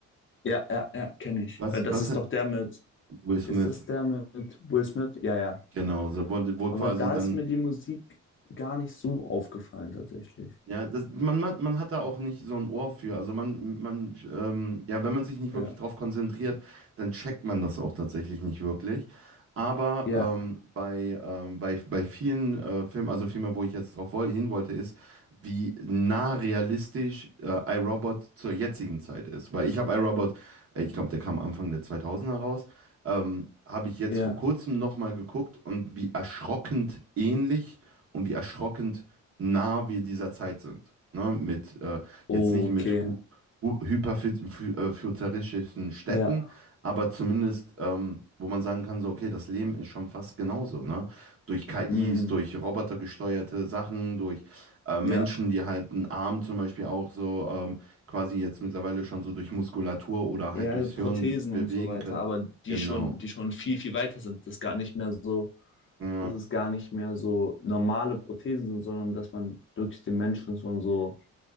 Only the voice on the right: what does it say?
Was,
was,
Will Smith.
Genau, so, wo, wo
quasi
dann
Ja, das, man, man, man hat da auch nicht so ein Ohr für. Also man, man, ähm, ja, wenn man sich nicht
wirklich drauf konzentriert, dann checkt man das auch tatsächlich nicht wirklich. Aber
ähm, bei, ähm, bei, bei vielen äh, Filmen, also vielmehr, wo ich jetzt drauf woll hin wollte, ist, wie nah realistisch äh, iRobot zur jetzigen Zeit ist. Weil ich habe iRobot, äh, ich glaube, der kam Anfang der 2000er raus, ähm, habe ich jetzt
vor kurzem nochmal geguckt und wie erschrockend ähnlich und wie erschrockend nah wir dieser Zeit sind. Ne? Mit, äh,
jetzt nicht mit hu hu hyperfuturistischen Städten,
aber zumindest, ähm, wo man sagen kann, so, okay, das Leben ist schon fast genauso. Ne? Durch KIs,
durch robotergesteuerte Sachen, durch äh, Menschen,
die halt einen Arm zum Beispiel auch so ähm, quasi jetzt mittlerweile schon so durch Muskulatur oder
halt durchs
Hirn bewegen
können.
Genau.
Ja,